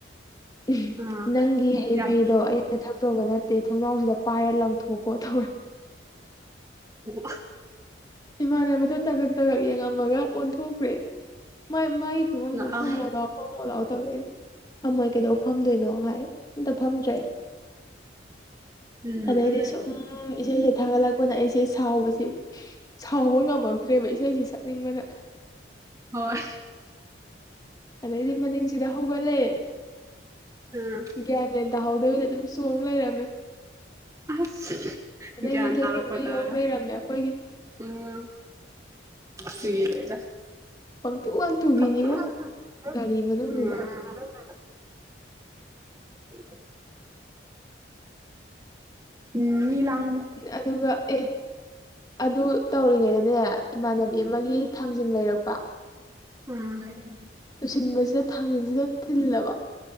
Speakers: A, on the left (about 20°); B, on the right (about 15°).
A: ꯎꯝ
B: ꯑꯥ
A: ꯅꯪꯒꯤ ꯍꯩ
B: ꯌꯥꯝ
A: ꯃꯍꯤꯗꯣ ꯑꯩ ꯊꯛꯇꯧꯕ ꯅꯠꯇꯦ ꯊꯣꯡꯅꯥꯎꯁꯤꯗ ꯄꯥꯏꯔ ꯂꯪꯊꯣꯛꯀꯣ ꯇꯧꯔꯦ
B: <unintelligible>
A: ꯏꯃꯥꯟꯅꯕꯗꯣ ꯇꯥꯉꯛ ꯇꯥꯉꯛ ꯌꯦꯡꯉꯝꯃꯒ ꯑꯣꯟꯊꯣꯛꯈ꯭ꯔꯦ ꯃꯥ ꯃꯥꯏ ꯐꯝꯕꯝꯗꯣ
B: ꯉꯛꯑꯝ
A: ꯐꯝꯃꯣ ꯂꯥꯎ ꯐꯝꯃꯣ ꯂꯥꯎ ꯇꯧꯔꯦ ꯑꯩꯅ ꯐꯝꯃꯣꯏ ꯀꯩꯗꯧ ꯐꯝꯗꯣꯏꯅꯣ ꯍꯥꯏ ꯑꯝꯇ ꯐꯝꯗ꯭ꯔꯦ
B: ꯎꯝ
A: ꯑꯗꯩꯗꯤ ꯁꯨꯝ ꯏꯁꯩꯁꯦ ꯊꯥꯒꯠꯂꯛ ꯄꯅ ꯑꯩꯁꯦ ꯁꯥꯎꯕꯁꯦ ꯁꯥꯎꯕ ꯉꯝꯃꯛꯇ꯭ꯔꯦꯕ ꯏꯁꯩꯁꯦ ꯁꯛꯅꯤꯡꯕꯅ
B: ꯍꯣꯏ
A: ꯑꯗꯩꯗꯤ ꯃꯅꯤꯡꯁꯤꯗ ꯍꯧꯒꯠꯂꯦ
B: ꯎꯝ
A: ꯒ꯭ꯌꯥꯟꯃꯦꯟ ꯇꯥꯍꯧꯗꯕꯤꯗ ꯑꯗꯨꯝ ꯆꯣꯡ ꯂꯩꯔꯝꯃꯦ
B: ꯑꯁ
A: ꯑꯗꯩꯗꯤ
B: ꯒ꯭ꯌꯥꯟ
A: ꯂꯩꯐꯝꯗꯨ
B: ꯇꯥꯔꯛꯄꯗ
A: ꯌꯧ
B: ꯍꯥꯢꯌꯣ
A: ꯂꯩꯔꯝꯃꯦ ꯑꯩꯈꯣꯏꯒꯤ
B: ꯎꯝ ꯁꯤꯔꯦꯗ
A: ꯄꯪꯇꯨ ꯋꯥꯡꯊꯨꯕꯤꯅꯤꯉꯣ
B: ꯎꯝꯝ <unintelligible>
A: ꯒꯥꯔꯤ ꯃꯅꯨꯡꯗꯨꯗ
B: <inaudible> ꯎꯝ ꯃꯤ ꯂꯥꯡ
A: ꯎꯝ ꯑꯗꯨꯒ ꯑꯦ ꯑꯗꯨ ꯇꯧꯔꯤꯉꯩꯗꯅꯦ ꯏꯃꯥꯟꯅꯕꯤ ꯑꯃꯒꯤ ꯊꯥꯡꯖꯤꯡ ꯂꯩꯔꯛꯄ
B: ꯎꯝ
A: ꯇꯨꯁꯤꯟꯕꯁꯤꯗ ꯊꯥꯡꯖꯟꯁꯤꯗ ꯊꯤꯜꯂꯕ